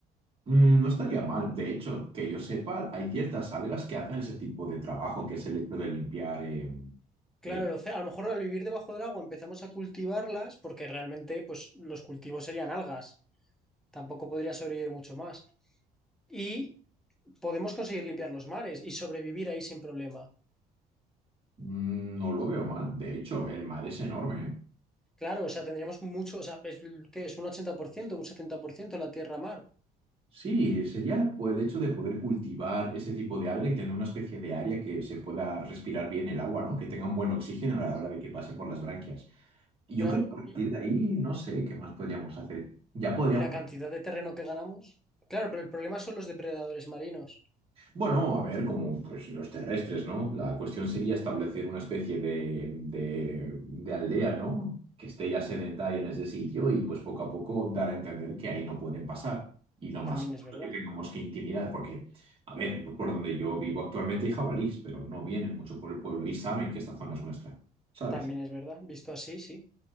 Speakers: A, on the right; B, in the centre.
A: Mm, No estaría mal. De hecho, que yo sepa, hay ciertas algas que hacen ese tipo de trabajo, que es el hecho de limpiar eh,
B: Claro,
A: el-
B: el océano, a lo mejor al vivir debajo del agua empezamos a cultivarlas porque realmente pues, los cultivos serían algas. Tampoco podría sobrevivir mucho más. Y podemos conseguir limpiar los mares y sobrevivir ahí sin problema.
A: Mm, No lo veo mal. De hecho, el mar es enorme, ¿eh?
B: Claro, o sea, tendríamos mucho, o sea, es, ¿qué es? ¿Un 80%, un 70% la tierra-mar?
A: Sí, sería pues, el hecho de poder cultivar ese tipo de alga y tener una especie de área que se pueda respirar bien el agua, ¿no? Que tenga un buen oxígeno a la hora de que pase por las branquias. Y yo
B: Claro,
A: creo que a partir
B: y,
A: de ahí, no sé qué más podríamos hacer. Ya podríamos...
B: y la cantidad de terreno que ganamos. Claro, pero el problema son los depredadores marinos.
A: Bueno, a ver, como pues, los terrestres, ¿no? La cuestión sería establecer una especie de, de- de aldea, ¿no? Que esté ya sedentaria en ese sitio y pues poco a poco dar a entender que ahí no pueden pasar. Y lo más
B: También es verdad,
A: que tengamos que intimidar, porque, a ver, por donde yo vivo actualmente hay jabalís, pero no vienen mucho por el pueblo y saben que esta zona es nuestra, ¿sabes?
B: también es verdad. Visto así, sí.